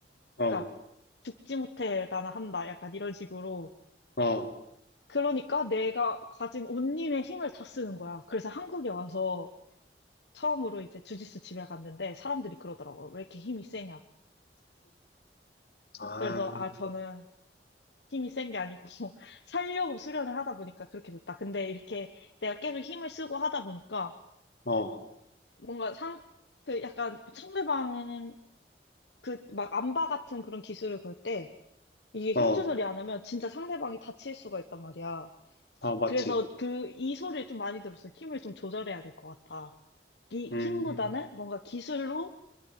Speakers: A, on the left (about 60°); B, on the left (about 80°).
A: 어,
B: 그러니까 죽지 못해 나는 한다. 약간 이런 식으로.
A: 어,
B: 그러니까 내가 가진 온몸의 힘을 다 쓰는 거야. 그래서 한국에 와서 처음으로 이제 주짓수 집에 갔는데 사람들이 그러더라고. 왜 이렇게 힘이 세냐고.
A: 아,
B: 그래서 아, 저는 힘이 센 게 아니고 <laughs> 살려고 수련을 하다 보니까 그렇게 됐다. 근데 이렇게 내가 계속 힘을 쓰고 하다 보니까
A: 어.
B: 뭔가 상, 그 약간 상대방 그 막 암바 같은 그런 기술을 걸 때 이게
A: 어.
B: 힘 조절이 안 하면 진짜 상대방이 다칠 수가 있단 말이야.
A: 아, 맞지.
B: 그래서 그 이 소리를 좀 많이 들었어. 힘을 좀 조절해야 될 것 같다. 이
A: 음,
B: 힘보다는 뭔가 기술로